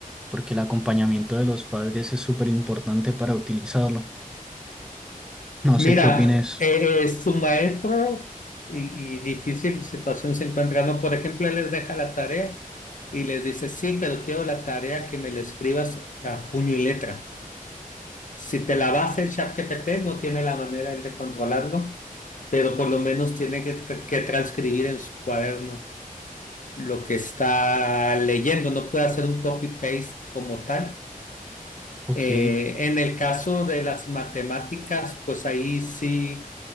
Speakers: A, in the centre; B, on the left.
A: porque el acompañamiento de los padres es súper importante para utilizarlo. No
B: Mira,
A: sé qué opines.
B: eh, eh, su maestro y, y difícil situación se encuentra, ¿no? Por ejemplo, él les deja la tarea y les dice, sí, pero quiero la tarea que me la escribas a puño y letra. Si te la vas el ChatGPT, no tiene la manera él de controlarlo, pero por lo menos tiene que, tra- que transcribir en su cuaderno lo que está leyendo. No puede hacer un copy-paste como tal.
A: Ok,
B: Eh, en el caso de las matemáticas, pues ahí sí